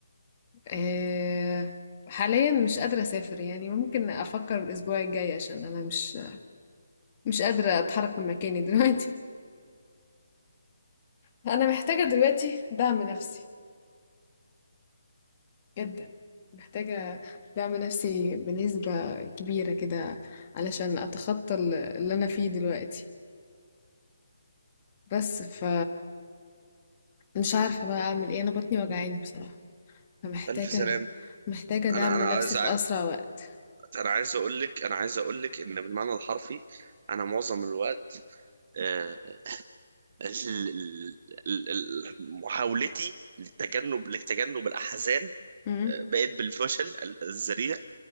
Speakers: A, on the left; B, on the right.
A: آه، حاليا مش قادرة اسافر يعني ممكن افكر الاسبوع الجاي عشان انا مش مش قادرة اتحرك من مكاني دلوقتي <laughs> انا محتاجة دلوقتي دعم نفسي جدا محتاجة دعم نفسي بنسبة كبيرة كده علشان أتخطى ال- اللي أنا فيه دلوقتي بس ف مش عارفة بقى أعمل إيه أنا بطني وجعاني بصراحة فمحتاجة
B: ألف سلام
A: محتاجة دعم
B: أنا أنا
A: نفسي
B: عايز
A: في
B: أ-
A: أسرع وقت
B: أنا عايز أقول لك أنا عايز أقول لك إن بالمعنى الحرفي أنا معظم الوقت آه، ال- ال- ال- محاولتي للتجنب لتجنب الأحزان
A: امم
B: آه، بقت بالفشل ال- الذريع